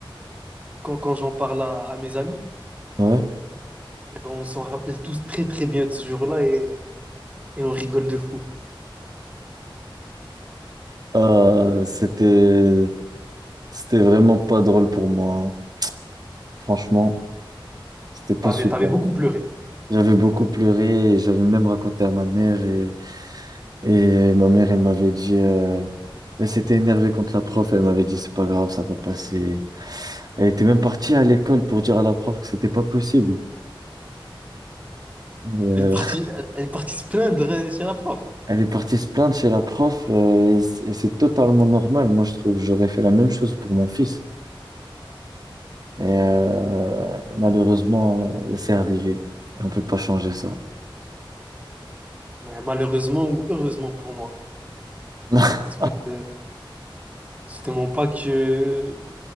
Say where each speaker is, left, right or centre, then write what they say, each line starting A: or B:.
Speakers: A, on the right; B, on the right.
A: quand, quand j'en parle à, à mes amis,
B: Ouais.
A: eh ben, on s'en rappelle tous très très bien de ce jour-là et, et on rigole de fou.
B: Euh, c'était c'était vraiment pas drôle pour moi. hein. Franchement, c'était pas
A: T'avais,
B: super.
A: t'avais beaucoup pleuré.
B: J'avais beaucoup pleuré, et j'avais même raconté à ma mère et, et ma mère, elle m'avait dit, euh, elle s'était énervée contre la prof, elle m'avait dit, c'est pas grave, ça va passer. Elle était même partie à l'école pour dire à la prof que c'était pas possible. Euh,
A: Elle est partie, elle, elle est partie se plaindre euh, chez la prof.
B: <laughs> elle est partie se plaindre chez la prof, euh, et, c- et c'est totalement normal. Moi, je trouve, j'aurais fait la même chose pour mon fils. Mais euh, malheureusement, euh, c'est arrivé et on peut pas changer ça.
A: Ouais, malheureusement ou heureusement pour moi.
B: <laughs>
A: Parce que euh, c'est te pas que